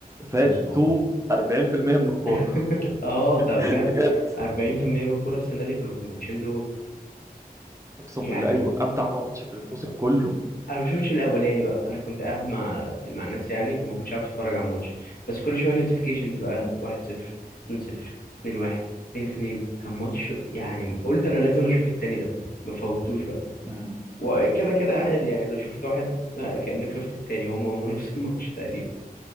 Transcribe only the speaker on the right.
فاتوا
40% من الكوره
<laughs> بجد
اقسم
بالله ايوه امتع ماتش في الموسم كله
مم.
مم.